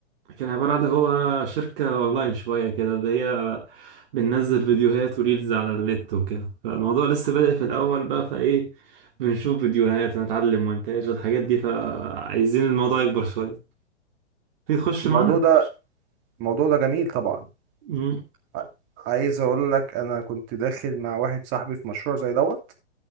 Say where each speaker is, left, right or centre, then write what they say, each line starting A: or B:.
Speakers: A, on the right; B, on the right.
A: كان عبارة عن هو شركة أونلاين شوية كده اللي هي بننزل فيديوهات وريلز على النت وكده فالموضوع لسه بادئ في الأول بقى فإيه بنشوف فيديوهات ونتعلم مونتاج والحاجات دي فعايزين الموضوع يكبر شوية تيجي تخش
B: الموضوع
A: معانا
B: ده الموضوع ده جميل طبعا
A: مم.
B: ع- عايز اقول لك انا كنت داخل مع واحد صاحبي في مشروع زي دوت